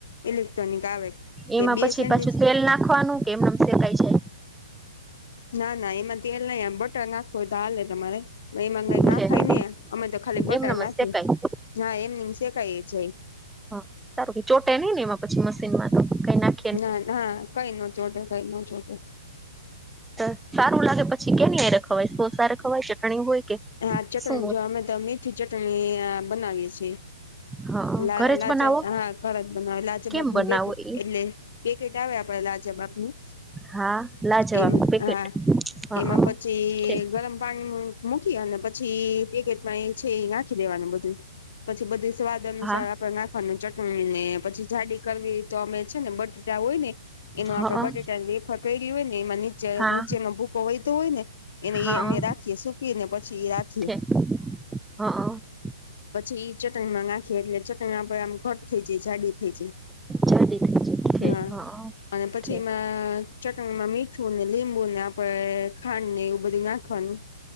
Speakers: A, on the left (about 60°); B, in the centre.
A: ઇલેક્ટ્રોનિક આવે કે
B: એમાં
A: બે
B: પછી
A: સેન્ડવીચ
B: પછી ને તેલ નાખવાનું એમનું કંઈક છે.
A: ના ના એમાં તેલ નહી બટા નાખ હોય તો હાલે તમારે એમાં નહિ ના
B: ઠીક
A: ખાય ને અમે તો ખાલી બટર
B: એમનેમ જ
A: નાખી
B: શેકાય
A: ના એમ નેમ શેકાય જાય
B: હ સારું ચોટે નઈ ને એમાં પછી મશીન માં તો કઈ નાખ
A: ના ના કઈ નો જોટેે કઈ ન જોડે
B: હ સારું લાગે પછી કેની હારે ખવાય સોસ હારે ખવાય ચટણી હોય કે
A: હા ચટણી
B: શું?
A: જો અમે તો મીઠી ચટણી બનાવીએ છીએ.
B: હા
A: લા
B: ઘરે
A: લાજ
B: જ બનાવો
A: હા ખજ બનાવે લાજ
B: કેમ
A: બાપ
B: બનાવો
A: બે
B: એ
A: એટલે પેકેટ આવે આપડે લાજબાપનું
B: હા લાજવાબ
A: એમાં
B: પેકેટ
A: હા
B: હા
A: એમાં પછી
B: ઠીક.
A: તે ગરમ પાણી નું અને પછી પેકેટમાં એ છે એ નાખી દેવાનું બધું પછી બધું સ્વાદ અનુસાર
B: હા
A: આપણ નાખવું ની ચટણી ને પછી જાડી કરવી તો અમે છે ને બટટા હોય ને એમાં
B: હા
A: બટેટા વેફર કેરી હોય ને એમાં નીચે
B: હા
A: નીચેનો ભૂકો વયતોહોય ને એને
B: હા
A: ઈ અમે રાખીએ શું કીને પછી એ રાખીએ
B: ઠીક. હા હા
A: પછી થી ચટણીમાં નાખીએ એટલે ચટણીમાં આપડે આમ ઘટ થઈ જાય જાડી જી
B: જાડી થઈ છે
A: જ હા. અને પછી
B: ઠીક
A: એમાં ચટણીમાં મીઠું ને લીબુ ફુલને આપડે ખાંડ ને એવું બધું નાખવાનું